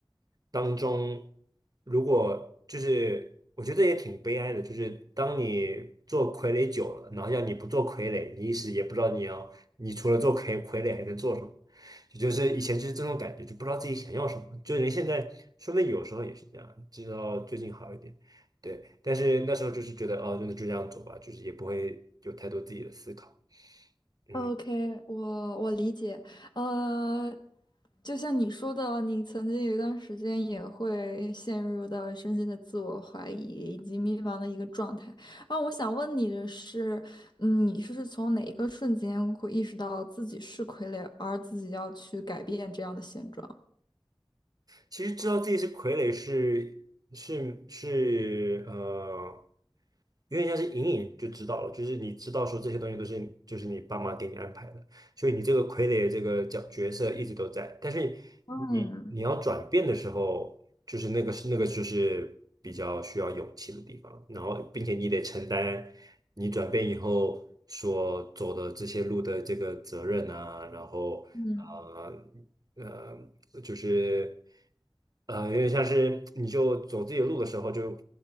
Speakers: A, on the right; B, on the left.
A: 当中，如果就是我觉得也挺悲哀的，就是当你做傀儡久了，然后要你不做傀儡，你一时也不知道你要，你除了做傀傀儡还能做什么。也就是以前就是这种感觉，就不知道自己想要什么。就人现在，说不定有时候也是这样，直到最近好一点。对，但是那时候就是觉得，哦，那就这样走吧，就是也不会有太多自己的思考。嗯，
B: OK，我我理解，呃，就像你说的啊，你曾经有一段时间也会陷入到深深的自我怀疑以及迷茫的一个状态。啊，我想问你的是，嗯，你是从哪一个瞬间会意识到自己是傀儡，而自己要去改变这样的现状？
A: 其实知道自己是傀儡是是是呃有点像是隐隐就知道了，就是你知道说这些东西都是就是你爸妈给你安排的。所以你这个傀儡这个角角色一直都在，但是你你要转变的时候，
B: 嗯
A: 就是那个是那个就是比较需要勇气的地方，然后并且你得承担你转变以后所走的这些路的这个责任啊，然后呃
B: 嗯。嗯
A: 呃就是呃有点像是你就走自己的路的时候就